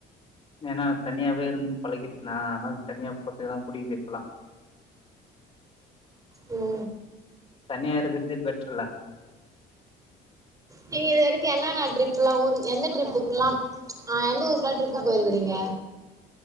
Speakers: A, on the left; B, on the right.
A: ஏன்னா தனியாவே இருந்து பழகிட்டுனா அதுனால தனியா போறத்துக்கு தா புடிக்குது இப்பல்லா
B: ம்
A: தனியா இருக்கற்தே பெட்ருல்ல
B: நீங்க இது வரைக்கும் என்னன்ன ட்ரிப்புல்லா ஊருக் எந்த ட்ரிப்புக்குல்லாம் ஆ எந்த ஊருக்குலா ட்ரிப்புக் போயிருக்கிறீங்க